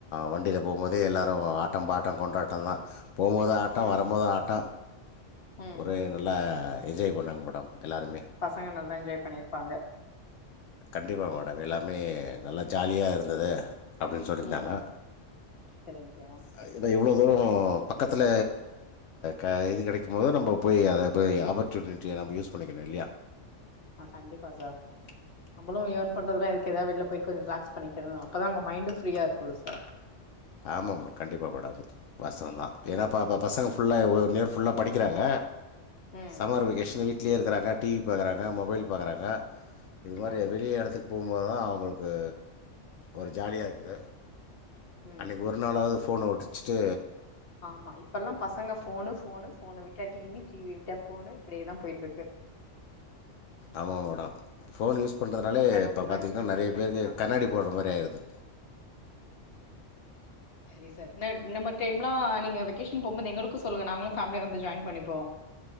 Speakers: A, on the left; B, on the left.
A: வண்டில போம்போதே எல்லாரு ஆட்டோ பாட்டோ கொண்டாட்டொந்தா போம்மோது ஆட்டோ
B: ம்
A: வரம்மோது ஆட்டோ
B: ம்
A: ஒரே நல்லா என்ஜாய் பண்னாங்க மேடம் எல்லோருமே
B: பசங்க நல்லா என்ஜாய் பண்ணிருப்பாங்க
A: கண்டிப்பா மேடம் எல்லாமே நல்லா ஜாலியா இருந்துது அப்டின் சொல்லிந்தாங்க
B: ம் சரிங்க சார்
A: அ எனா இவ்ளோ தூரோ பக்கத்துல க இது கடைக்கு மோது நம்ப போய் அத போய் ஆப்பர்ச்சுனிட்டிய நம்ம யூஸ் பண்ணிகணு இலியா
B: ஆஹ் கண்டிப்பா சா நம்மளு யேர்ன் பண்றதுனா எனக்க்கெதா வெள்ல போய் கொஞ்சொ லாக்ஸ் பண்ணிக்க அப்பதா நம்ம மைண்டு ஃப்ரீயா இருக்குல்ல சார்
A: ஆமாம்மா கண்டிப்பா மெடோ வாச்தவொந்தா ஏனா ப பசங்க ஃபுல்லா ஒவ் <unintelligible> ஃபுல்லா படிக்கிறாங்க
B: ம்
A: சம்மர் வெகேஷன் வீட் வீட்லயே இருக்கறாங்க டிவி பாக்குறாங்க மொபைல் பாக்கறாங்க இது மாரி
B: ம்
A: வெளியேடத்துக்கு போமோது தா அவுங்களுக்கு ஒரு ஜாலியா இருக்குது
B: ம்
A: அன்னைக்கு ஒரு நாளாவது ஃபோன ஒடச்சிட்டு
B: ஆமா இப்பல்லா பசங்க ஃபோனு ஃபோனு ஃபோனு விட்டா டிவி டிவி விட்டா ஃபோணு இப்டியே தா போய்ட்டுருக்கு
A: ஆமா மேடம் ஃபோன் யூஸ் பண்ரதுனாலே
B: அதுக்கு
A: இப்ப
B: இது
A: பாத்தீங்கன்னா
B: மாரி வெக்கேஷன்
A: நறைய பேருக்கு
B: நைஸ் தா
A: கண்ணாடி
B: சார்
A: போடுற மாரி ஆயிருது
B: செரி சார் ந இன்னமார் டைம்லா நீங்க வெகேஷன் போமோது எங்களுக்கு சொல்லுங்க நாங்களு ஃபேமிலியா வந்து ஜாயின் பண்ணிப்போ